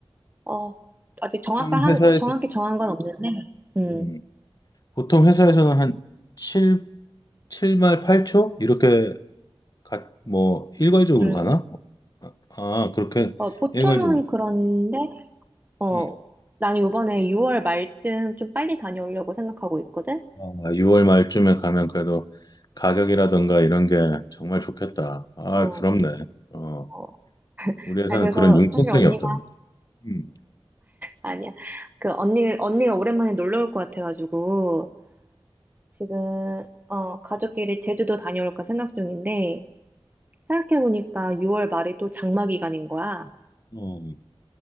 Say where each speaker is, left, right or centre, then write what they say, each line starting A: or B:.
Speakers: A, on the right (about 20°); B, on the left (about 40°).
A: 어, 아직 정확한,
B: 보통 회사에서
A: 정확히 정한 건 없는데, 음,
B: 음, 보통 회사에서는 한 7, 칠말 8초 이렇게 가, 뭐 일괄적으로
A: 음,
B: 가나? 아, 아, 그렇게
A: 어, 보통은
B: 일괄적으로.
A: 그런데, 어,
B: 음.
A: 나는 요번에 6월 말쯤 좀 빨리 다녀오려고 생각하고 있거든?
B: 아, 6월 말쯤에 가면 그래도 가격이라든가 이런 게 정말 좋겠다. 아,
A: 어,
B: 부럽네. 어,
A: 어.
B: 우리 회사는
A: 아, 그래서
B: 그런 융통성이
A: 사실 언니가,
B: 없단 말이야. 음.
A: 아니야. 그 언니, 언니가 오랜만에 놀러 올 것 같아가지고, 지금, 어, 가족끼리 제주도 다녀올까 생각 중인데, 생각해보니까 6월 말이 또 장마 기간인 거야.
B: 어.